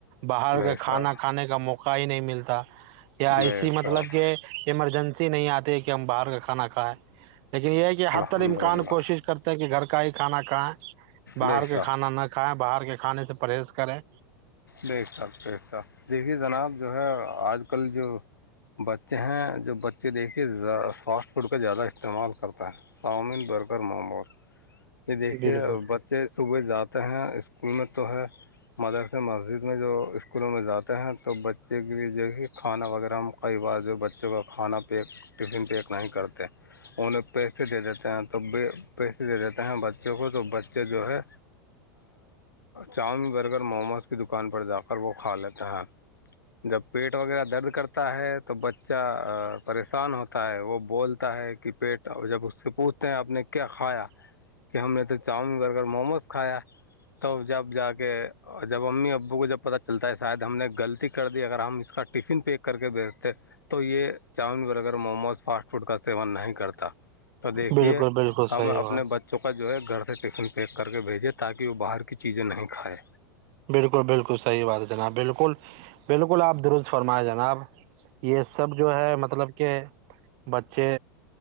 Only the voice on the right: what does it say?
باہر
کا
کھانا کھانے کا موقع ق ہی نہیں ملتا یا ایسی
مطلب
کہ ایمرجنسی نہیں آتی ہے کہ ہم باہر کا کھانا کھائائے لیکن یہ ہے کہ
حتی الامکان
کوشش کرتے ہیں کہ گھر کا ہی کھانا کھائیں باہر
کا
کھانا نہ کھائیں باہر کے کھانے سے پرہیز کریں
بالکل
بالکل بالکل
صحیح بات
بالکل بالکل صحیح بات ہے جناب بالکل بالکل آپ درست فرمائے جناب یہ سب جو ہے مطلب کہ بچے